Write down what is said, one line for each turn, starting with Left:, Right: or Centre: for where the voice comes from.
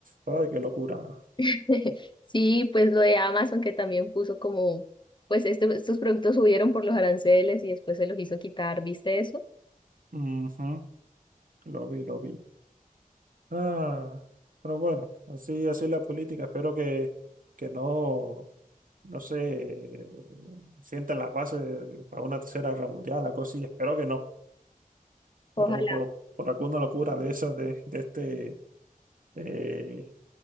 Right: Ay, qué locura.
Left: <laughs> Sí, pues lo de Amazon que también puso como, pues este- estos productos subieron por los aranceles y después se los hizo quitar, ¿viste eso?
Right: Ujú, Lo vi, lo vi. Ah, pero bueno, así, así es la política. Espero que, que no, no se sientan las bases para una tercera guerra mundial, la cosa, y espero que no. Por,
Left: Ojalá.
Right: por, por alguna locura de esas, de, de este eh,